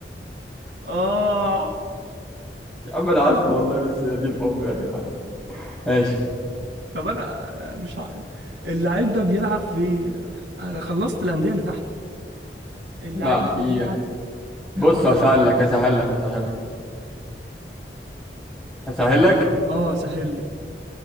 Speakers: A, on the right (about 65°); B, in the centre.
A: اه
B: يا عم انا عارفه والله بس يا دين امي يا جدعان ماشي
A: طب انا مش عارف اللاعب ده بيلعب في انا خلصت الانديه اللي تحت اللاعب
B: لا في
A: ده بيلعب
B: بص
A: هقول
B: هسهل
A: لك
B: لك هسهل لك هسهل لك هسهل لك
A: اه سهل لي